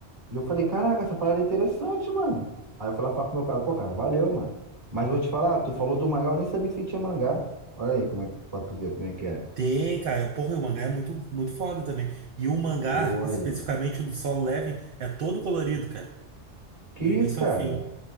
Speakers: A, on the right (about 25°); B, on the right (about 55°).
A: E eu falei, caraca, essa parada é interessante, mano. Aí eu fui lá falar pro meu cara, pô, cara, valeu, mano. Mas vou te falar, tu falou do mangá, eu nem sabia que você tinha mangá. Olha aí, como é, que- pra tu ver como é que é.
B: Tem, cara. Porra, e o mangá é muito, muito foda também. E o mangá,
A: Pô,
B: <laughs> especificamente
A: aí, ó.
B: o do Solo Leveling, é todo colorido, cara.
A: Que
B: Do
A: isso,
B: início
A: cara?
B: ao fim.